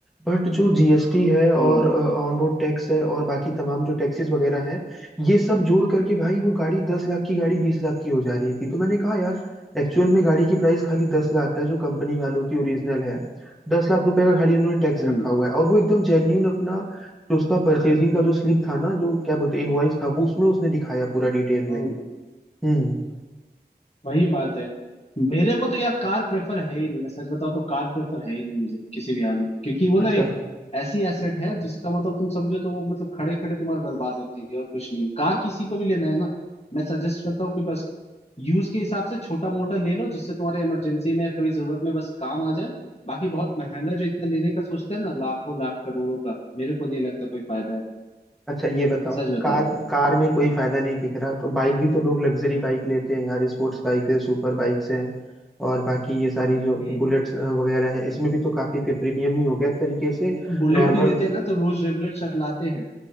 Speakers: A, in the centre; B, on the left.
A: बट जो जीएसटी है और
B: हम्म
A: ऑन रोड टैक्स है और बाकी तमाम जो टैक्सेस वगैरह हैं ये सब जोड़ करके भाई वो गाड़ी दस लाख की गाड़ी बीस लाख की हो जा रही थी तो मैंने कहा यार एक्चुअल में गाड़ी की प्राइस खाली दस लाख है जो कंपनी वालों की ओरिजिनल है दस लाख रुपए का खाली इन्होंने टैक्स
B: हम्म
A: रखा हुआ है और वो एकदम जेन्यून अपना जो उसका परचेजिंग का जो स्लिप था ना जो क्या बोलते इनवॉइस था वो उसमें उसने दिखाया पूरा डिटेल
B: हम्म।
A: में हम्म
B: वही बात है मेरे को तो यार कार प्रेफर है ही नहीं मैं सच बताऊं तो कार प्रेफर है ही नहीं मुझे किसी भी हाल में क्योंकि वो
A: अच्छा
B: ना एक ऐसी एसेट है जिसका मतलब तुम समझो तो वो मतलब खड़े खड़े तुम्हारी बर्बाद होती है और कुछ नहीं है कार किसी को भी लेना है ना मैं सजेस्ट करता हूँ कि बस यूज के हिसाब से छोटा मोटा ले लो जिससे तुम्हारे इमरजेंसी में या कभी जरूरत में बस काम आ जाए बाकी बहुत महंगा जो इतना लेने का सोचते हैं ना लाखों लाख करोड़ों का मेरे को नहीं लगता कोई फायदा है
A: अच्छा ये बताओ
B: सच बता
A: कार
B: रहा हूँ
A: कार में कोई फायदा नहीं दिख रहा तो बाइक भी तो लोग लग्जरी बाइक लेते हैं यार स्पोर्ट्स बाइक है सुपर बाइक्स है और बाकी ये सारी जो
B: हम्म
A: बुलेट्स अ, वगैरह है इसमें भी तो काफी फिर प्रीमियम ही हो गया एक तरीके से
B: नहीं तो बुलेट
A: नॉर्मल
B: भी लेते हैं ना तो रोज रेगुलर चलाते हैं